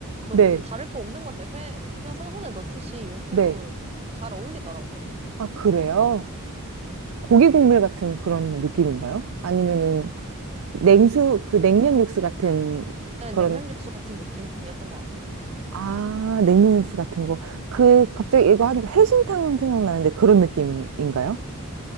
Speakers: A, on the right; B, on the right.
A: 뭐
B: 네,
A: 다를 거 없는 것 같아요. 회 그냥 생선에 넣듯이 육회도
B: 네.
A: 잘 어울리더라고요.
B: 아, 그래요?
A: 네.
B: 고기 국물 같은 그런 느낌인가요? 아니면은
A: 그,
B: 냉수, 그 냉면 육수 같은
A: 네,
B: 그런,
A: 냉면 육수 같은 느낌이었던 것 같아요.
B: 아, 냉면 육수 같은 거. 그, 갑자기 이거 하니까 해신탕 생각나는데 그런 느낌인가요?